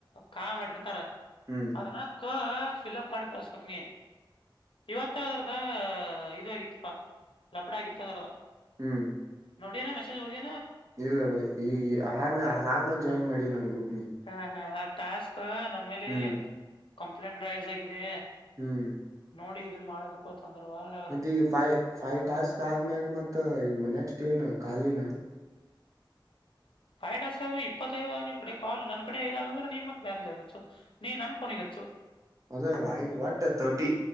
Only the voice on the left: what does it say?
ಕಾ ಮಾಡಿರ್ತಾರ
ಅದನಕ ಫಿಲ್ಅಪ್ ಮಾಡಿ ಕಳಸಬಕ್ ನೀ ಇವತ್ತ ಅದ್ರದ ಇದ ಆಗಿತ್ತಪ್ಪಾ ಲಪಡ ಆಗಿತ್ತ ಅದ್ರದ
ನೋಡಿನ ಮೆಸ್ಸೇಜ್ ಓದಿ
ಹಾ ಹಾ ಆ ಟಾಸ್ಕ್ ನಮ್ಮ ಮೇಲೆ
ಕಂಪ್ಲೇಂಟ್ ರೈಸ್ ಆಗಿದೆ.
ನೋಡಿ ಇದನ್ ಮಾಡ್ಬೇಕು ಅಂತಂದ್ರ ವಾಲ ಅವ್ರ
ಫೈ ಟಾಸ್ಕ್ಆದಮೇಲೆ ಇಪ್ಪತ್ತೈದು ನಿನ್ ಕಡೆ ಕಾಲ್ ನನ್ನ ಕಡೆ ಐದ ಅದ ಅಂದ್ರೆ ನೀವು ಮತ್ತೆ ಬೇರೆದವರಿಗೆ ಹಚ್ಚು ನೀ ನನ್ನ ಫೋನಿಗಚ್ಚು.